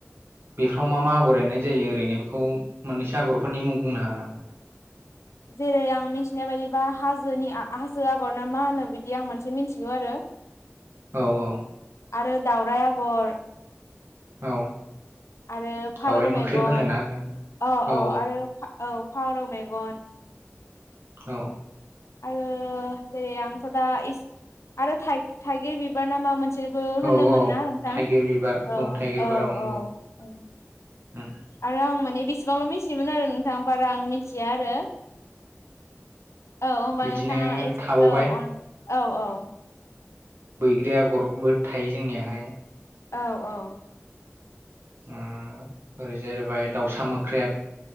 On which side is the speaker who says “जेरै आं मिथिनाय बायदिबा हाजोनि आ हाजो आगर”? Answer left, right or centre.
Left